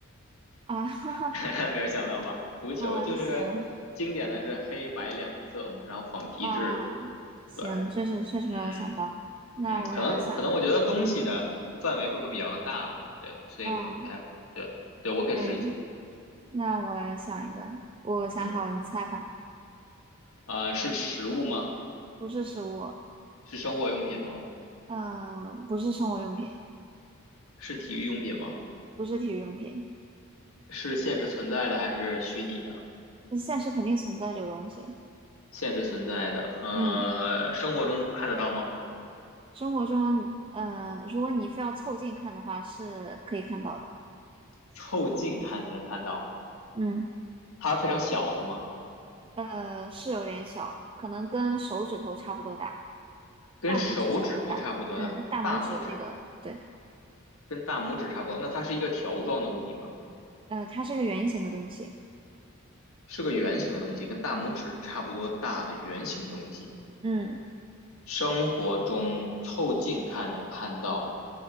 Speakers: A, on the right (about 25°); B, on the left (about 80°).
A: 啊，<laughs> 哈哈
B: <laughs> 没有想到吧？足球就是经典的是黑白两色嘛，
A: 啊，行
B: 然后仿皮质，
A: 啊，行，
B: 对，
A: 确实确实没有想到。
B: 嗯
A: 那我也来想一个，
B: 嗯，可能可能我觉得东西的范围会比较大吧，对，所以不不太不太对，
A: 嗯，
B: 对我可以试一下，
A: 可以，那我来想一个，我想好了，
B: 嗯
A: 你猜吧。
B: 啊、是食物吗？
A: 不是食物，
B: 是生活用品吗？
A: 嗯，不是生活用品，
B: 是体育用品吗？
A: 不是体育用品，
B: 是现实存在的还是虚拟的？
A: 但现实肯定存在这个东西。
B: 现实存在的，呃，
A: 嗯，
B: 生活中看得到吗？
A: 生活中，嗯，如果你非要凑近看的话，是可以看到的。
B: 凑近看才能看到。
A: 嗯，
B: 它非常小是吗？
A: 呃，是有点小，可能跟手指头差不多大，
B: 跟手指头差不多大，
A: 大拇指差不多大。嗯，大拇指那个，
B: 大拇指差
A: 对，
B: 跟大拇指差不多。那它是一个条状的物体吗？
A: 呃，它是个圆形的东西。
B: 是个圆形的东西，跟大拇指差不多大的圆形东西。
A: 嗯，
B: 生活中凑近看能看到，